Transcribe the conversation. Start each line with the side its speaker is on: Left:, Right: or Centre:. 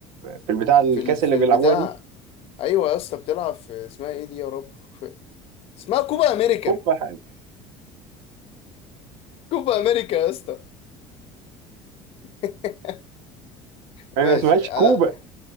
Right: في البتاع الكاس
Left: في ال... في
Right: اللي
Left: البتاع
Right: بيلعبوها دي
Left: ايوه يا اسطى بتلعب في اسمها ايه دي يا رب في... اسمها كوبا امريكا
Right: كوبا حاجه
Left: كوبا امريكا يا اسطى <laughs> ماشي
Right: هي ما اسمهاش
Left: ماشي.
Right: كوبا
Left: انا